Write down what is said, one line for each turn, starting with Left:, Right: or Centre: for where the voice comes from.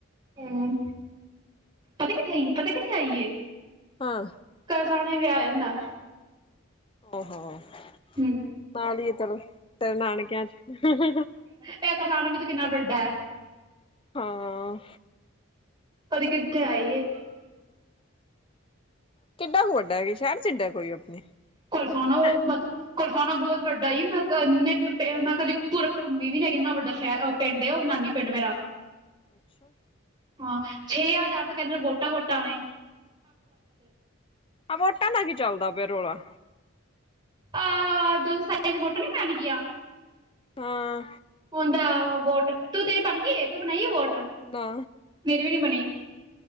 Right: ਹੂੰ ਪਤਾ ਕਿਥੇ ਆਈ ਪਤਾ ਕਿੱਥੇ ਆਈ ਏ।
Left: ਹਾਂ।
Right: ਕੱਲ ਸਣੇ ਵਿਆਹ ਏਦਾ
Left: <unintelligible>
Right: ਹੂੰ
Left: ਨਾਲ ਈ ਆ ਚਲੋ ਤੇਰੇ ਨਾਨਕਿਆਂ ਚ
Right: ਟੈਕ ਥਾਣਾ ਵੀ ਤੇ ਕਿੰਨਾ ਵੱਡਾ ਹੈ
Left: ਹਾਂ
Right: ਪਰ ਕਿੱਥੇ ਆਈ ਏ
Left: ਕਿੱਡਾ ਕੁ ਵੱਡਾ ਹੈ ਸ਼ਹਿਰ ਚ ਇੱਡਾ ਕੋਈ ਆਪਣੇ
Right: ਕੋਲ ਥਾਣਾ
Left: ਕਿੰਨਾ
Right: ਨਾ ਉਹ ਬੱਤੋਕ ਕੁੱਲਥਾਣਾ ਬਹੁਤ ਵੱਡਾ ਮੈਂ ਇੰਨੇ ਮੈਂ ਕਦੇ ਘੁੰਮੀ ਵੀ ਨੀ ਕਿੰਨਾ ਵੱਡਾ ਸ਼ਹਿਰ ਪਿੰਡ ਉਹ ਨਾਨੀ ਪਿੰਡ ਮੇਰਾ
Left: ਅੱਛਾ
Right: ਹਾਂ ਛੇ ਹਜ਼ਾਰ ਅੱਤ ਵੋਟਾਂ ਵੋਟਾਂ ਆਏ
Left: ਹ ਵਟਾਂ ਦਾ ਕੀ ਚੱਲਦਾ ਪਿਆ ਰੌਲਾ
Right: ਆਹ ਇਧਰ ਸਾਈਡ ਵੋਟ ਨੀ ਪੈਣ ਗਈਆਂ
Left: ਹਾਂ
Right: ਵੋਟ ਤੂੰ ਤੇਰੀ ਬਣ ਗਈ ਤੂੰ ਬਣਾਈ ਵੋਟ
Left: ਨਾ
Right: ਮੇਰੀ ਵੀ ਨੀ ਬਣੀ